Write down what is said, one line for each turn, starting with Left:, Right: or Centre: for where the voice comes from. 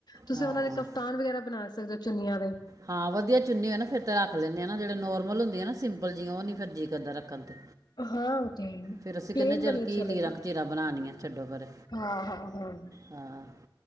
Left: ਤੁਸੀਂ
Right: ਹਾਂ
Left: ਔਨਾਂ ਦੇ ਕਫਤਾਨ ਵਗੈਰਾ ਬਣਾ ਸਕਦੇ ਓ? ਚੁਨੀਆਂ ਦੇ।
Right: ਹਾਂ ਵਧੀਆ ਚੁੰਨੀ ਹੋਏ ਨਾ ਫੇਰ ਤੇ, ਰੱਖ ਲੈਂਣੇ ਆ ਨਾ ਜੇੜੇ ਨੋਰਮਲ ਹੁੰਦੀਆ ਨਾ ਸਿੰਪਲ ਜਿਆ, ਔ ਨੀ ਫਿਰ ਜੀਅ ਕਰਦਾ ਰੱਖਣ ਤੇ।
Left: ਹਾਂ। ਤੇ ਹੈ ਈ,
Right: ਫੇਰ ਅਸੀਂ
Left: ਪਲੇਨ
Right: ਕੈੰਣੇ ਆ ਚੱਲ
Left: ਦਾ ਨੀ ਅੱਛਾ
Right: ਕੀ,
Left: ਲੱਗਦਾ।
Right: ਲੀਰਾਂ ਕਚੀਰਾਂ ਬਣਾਨੀਐ ਛੱਡੋ ਪਰੇ,
Left: ਹਾਂ-ਹਾਂ-ਹਾਂ,
Right: ਹਾਂ।